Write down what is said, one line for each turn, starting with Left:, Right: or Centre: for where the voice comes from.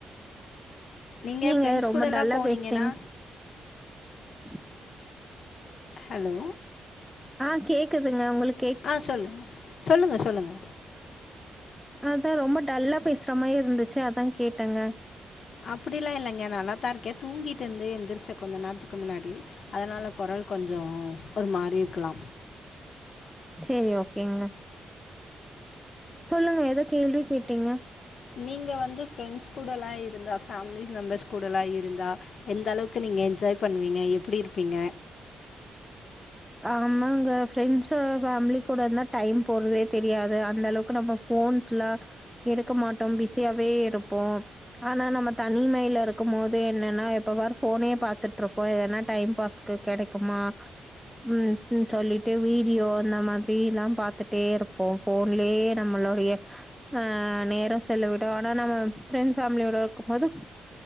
Left: நீங்கள்
Centre: நீங்க
Left: ஃப்ரெண்ட்ஸ்
Centre: ரொம்ப
Left: கூடலாம்
Centre: டல்லா
Left: போனீங்கன்னா
Centre: பேசுறீங் <inaudible>
Left: ஹலோ
Centre: ஆஹ் கேக்குதுங்க உங்களுக்
Left: ஆஹ் சொல்லுங்க சொல்லுங்க சொல்லுங்க
Centre: அதா ரொம்ப டல்லா பேசுற மாரி இருந்துச்சு அதா கேட்டேங்க
Left: அப்படியெல்லா இல்லங்க நல்லாத்தா இருக் கே தூங்கிட்டு இருந்து எந்திரு ச்ச கொஞ்ச நேரத்துக்கு முன்னாடி அதனால கொரல் கொஞ்சோ ஒரு மாரி இருக்கலா
Centre: சேரி ஓகேங்க சொல்லுங்க ஏதோ கேள்வி கேட்டீங்க
Left: நீங்க வந்து ஃப்ரெண்ட்ஸ் கூடலா இருந்தா ஃபேமிலிஸ் மெம்பர்ஸ் கூடலா இருந்தா எந்த அளவுக்கு நீங்க என்ஜாய் பண்ணுவீங்க எப்பிடி இருப்பீங்க
Centre: ஆமாங்க ஃப்ரெண்ட்ஸ் ஃபேமிலி கூட இருந்தா டைம் போறதே தெரியாது அந்த அளவுக்கு நம்ம ஃபோன்ஸ்லா எடுக்க மாட்டோ பிஸியாவே இருப்போ ஆனா நம்ம தனிமையில இருக்கும் போது என்னன்னா எப்ப பாரு ஃபோனே பாத்துட்ருப்போ எதுனா டைம் பாஸ்க்கு கெடைக்குமா ம் ம் சொல்லிட்டு வீடியோ அந்த மாதிரி எல்லா பாத்துட்டே இருப்போ ஃபோன்லயே நம்மளுடைய அஹ் நேரோ செலவிடுவோ ஆனா நம்ம ஃபிரெண்ட் ஃபேமிலியோட இருக்கும் போது